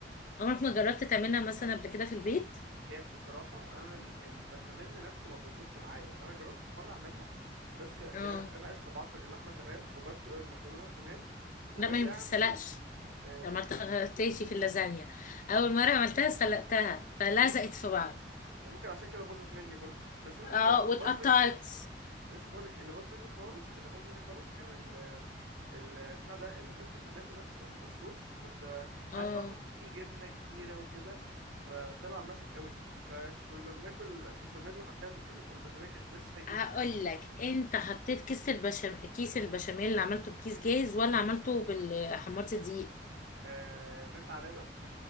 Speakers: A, on the left; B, on the right.
A: عمرك ما جربت تعملها مثلا قبل كده في البيت
B: هي بصراحة أنا ال- البشاميل نفسه ما بيظبطش معايا يعني أنا جربت في مرة أعملها بس يعني
A: اه
B: أنا قشطة بعصج اللحمة تمام وبسلق المكرونة تمام وباجي
A: لا ما هي ما
B: أعمل
A: بتتسلقش
B: آه،
A: عملتها غلطتي <laughs> في اللازانيا اول مرة عملتها سلقتها
B: ب-
A: فلزقت
B: بجد
A: في بعض
B: ممكن عشان كده باظت مني برضو بس أنا
A: اه
B: اللي
A: واتقطعت
B: باظ مني لسه بقولك اللي باظ مني خالص اللي باظ مني خالص كان البتاع ده ال- البشاميل نفسه الصوص كنت آه،
A: اه
B: عايز بقى احط فيه جبنه كتيره وكده فطلع ماسك قوي فكنا بناكل بشاميل حرفيا ال- البشاميل كانت ناشفه جدا
A: هقول لك انت حطيت كيس البشام كيس البشاميل اللي عملته بكيس جاهز ولا عملته بال حمرت دقيق
B: آه من ده على ده